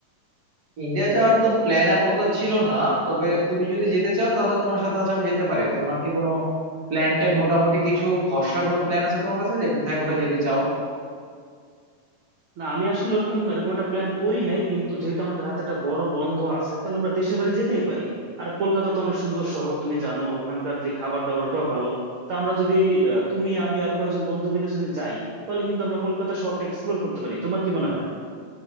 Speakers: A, on the right; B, on the right.
A: ইন্ডিয়া যাওয়ার তো প্ল্যান আপাতত ছিল না তবে তুমি যদি যেতে চাও তাহলে তোমার সাথে হচ্ছে আমি যেতে পারি তোমার কি কোনো প্ল্যান ট্যান মোটামুটি কিছু খসড়া কোনো প্ল্যান আছে তোমার কাছে যে কোথায় কোথায় যেতে চাও
B: না আমি আসলে ওরকম এরকম একটা প্ল্যান করি নাই কিন্তু যেহেতু আমাদের হাতে একটা বড় বন্ধ আছে তাহলে আমরা দেশের বাড়ি যেতেই পারি আর কলকাতা তো অনেক সুন্দর শহর তুমি জানো ওখানকার যে খাবার দাবার ওটাও ভালো তা আমরা যদি আহ, তুমি আমি আর কয়েকজন বন্ধু মিলে যদি যাই তাহলে কিন্তু আমরা কলকাতা শহরটা এক্সপ্লোর করতে পারি তোমার কি মনে হয়